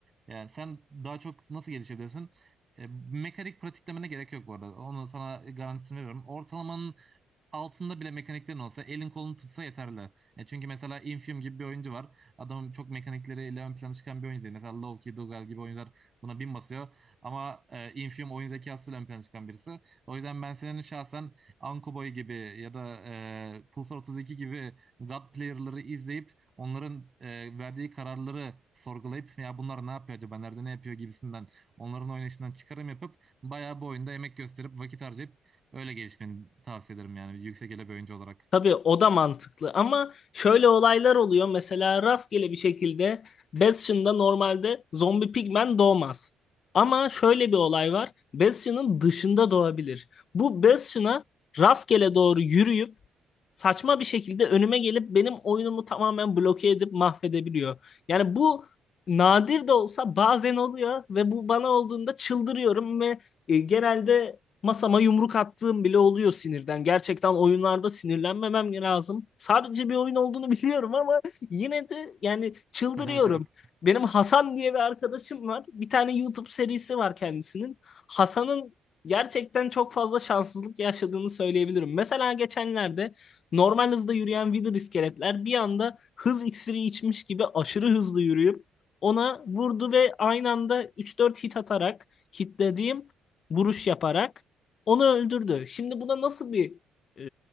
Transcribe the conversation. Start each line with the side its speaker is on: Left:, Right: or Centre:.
Right: Yani sen daha çok nasıl gelişebilirsin? E, mekanik pratiklemene gerek yok bu arada. Onu sana garantisini veriyorum. Ortalamanın altında bile mekaniklerin olsa elin kolunu tutsa yeterli. E çünkü mesela Infium gibi bir oyuncu var. Adamın çok mekanikleriyle ön plana çıkan bir oyuncu değil. Mesela Lowkey, Dougal gibi oyuncular buna bin basıyor. Ama e, Infium oyun zekasıyla ön plana çıkan birisi. O yüzden ben senin şahsen Ankuboy gibi ya da e, Pulsar 32 gibi God player'ları izleyip onların e, verdiği kararları sorgulayıp ya bunlar ne yapıyor acaba nerede ne yapıyor gibisinden onların oynayışından çıkarım yapıp bayağı bu oyunda emek gösterip vakit harcayıp öyle gelişmeni tavsiye ederim yani bir yüksek ele bir oyuncu olarak. <laughs>
Left: Tabii o da mantıklı ama şöyle olaylar oluyor. Mesela rastgele bir şekilde Bastion'da normalde zombi pigmen doğmaz. Ama şöyle bir olay var. Bastion'ın dışında doğabilir. Bu Bastion'a rastgele doğru yürüyüp saçma bir şekilde önüme gelip benim oyunumu tamamen bloke edip mahvedebiliyor. Yani bu nadir de olsa bazen oluyor ve bu bana olduğunda çıldırıyorum ve e, genelde masama yumruk attığım bile oluyor sinirden. Gerçekten oyunlarda sinirlenmemem lazım. Sadece bir oyun olduğunu <laughs> biliyorum ama yine de yani çıldırıyorum.
Right: Evet evet.
Left: Benim Hasan diye bir arkadaşım var. Bir tane YouTube serisi var kendisinin. Hasan'ın gerçekten çok fazla şanssızlık yaşadığını söyleyebilirim. Mesela geçenlerde normal hızda yürüyen Wither iskeletler bir anda hız iksiri içmiş gibi aşırı hızlı yürüyüp ona vurdu ve aynı anda üç dört hit atarak hitlediğim vuruş yaparak onu öldürdü. Şimdi buna nasıl bir e,